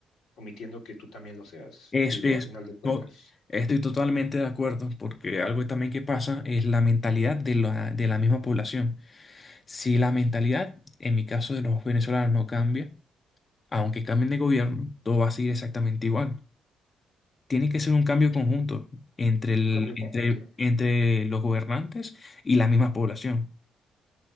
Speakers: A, on the left (about 85°); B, on the left (about 35°).
A: omitiendo que tú también lo seas,
B: Es,
A: digo,
B: es,
A: a final de cuentas.
B: no, estoy totalmente de acuerdo, porque algo también que pasa es la mentalidad de la, de la misma población. Si la mentalidad, en mi caso de los venezolanos, no cambia, aunque cambien de gobierno, todo va a seguir exactamente igual. Tiene que ser un cambio conjunto entre el-
A: Un cambio
B: entre,
A: conjunto,
B: entre los gobernantes y la misma población.